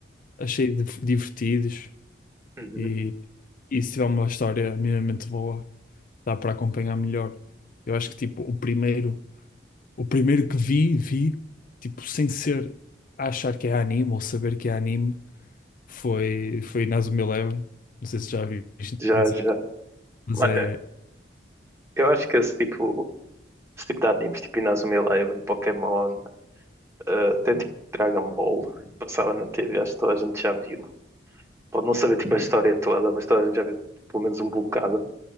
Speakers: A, on the left; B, on the right.
A: achei dif- divertidos
B: Uhum.
A: e, e se tiver uma história minimamente boa, dá para acompanhar melhor. Eu acho que tipo o primeiro, o primeiro que vi, vi, tipo sem ser a achar que é anime ou saber que é anime, foi foi Inazuma Eleven. Não sei se já viste,
B: Já,
A: dizem,
B: já.
A: mas
B: Mano,
A: é
B: eu acho que esse tipo, esse tipo de animes, tipo Inazuma Eleven, Pokémon, eh, até tipo Dragon Ball, passava na TV, acho que toda a gente já viu. Pode não saber tipo a história toda, mas toda a gente já viu pelo menos um bocado.